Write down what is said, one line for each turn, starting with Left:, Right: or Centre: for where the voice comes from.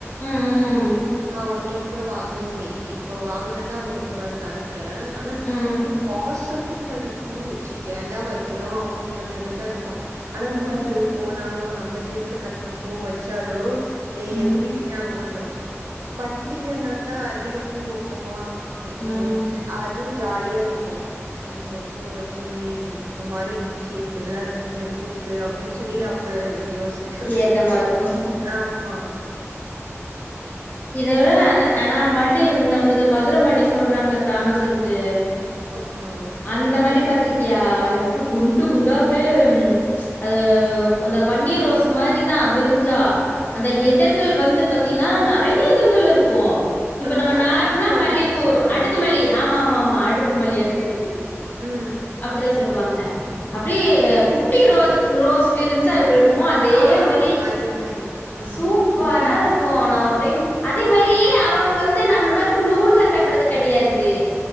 Left: ம்
Right: நா ஒரு டைம் கூட வா இ இப்போ வாங்னன்னா உங்களுக்கு பாருங்க அனுப்புறே ஆனா
Left: ம்
Right: பூ வாசமே இருக்காது பூ ச்சீ ஏன்டா வை க்கிறோ அப்டிங்கிற மாரிதாருக்கு ஆனா ஊருக்கு
Left: அதா
Right: போனாலு நம்ப செடில கட் ன பூ வச்சாலு எ
Left: ம்
Right: எங்க வீட்டு ஞாபகோ வந்துரு பண்டிகனா தா அதிக பூ வப்போமா வச்சோன்
Left: ம்
Right: அதுவு ஜாலியாருக்கு அச்சோ பூ வச் சொமே இந் இந்த மாரி இந்த சே இப்டி எல்லா இருக்குன்னு பூக்கு அப்டின்னு சொல்லி அப்ப யோசிக்கல
Left: ஏக்கமா இருக்கு
Right: ஆமா
Left: இது அ அ ஆனா மல்லி நம்மளது மதுர மல்லி சொல்றாங்ல்ல ஃபேமஸ்ஸுன்ட்டு
Right: ஆமா
Left: அந்த மல்லி
Right: குட்
Left: பாத்திருக்கியா எப்ப குண்டு குண்டா அப்டியே அது அந்த பன்னீர் ரோஸ் மாரிதா விரிஞ்சா அந்த
Right: அ.
Left: எதழ்கள் வந்து பாத்தீன்னா நெறைய இதழ்கள் இருக்கு இப்ப
Right: ஆ
Left: நம்ம
Right: அடுக்கு
Left: நார்மலா
Right: மல்லின்னு
Left: மல்லிப்பூ
Right: சொல்லுவாங்களா
Left: அடுக்குமல்லி ஆமா ஆமா ஆமா அடுக்குமல்லி அடுக்குமல்லி
Right: ம்
Left: அப்டிதா சொல்லுவாங்க அப்டி குட்டி ரோஜ் ரோஸ் விரிஞ்சா எப்டி இருக்குமோ அது
Right: ஆ
Left: அதே மாரி
Right: அதே மாரி ம்
Left: சூப்பரா
Right: இங்கி
Left: இரு கு நா ஒரு டைம் அதே மாரி அவங்க வந்து நம்மள மாரி நூல்ல கட்றது கெடையாது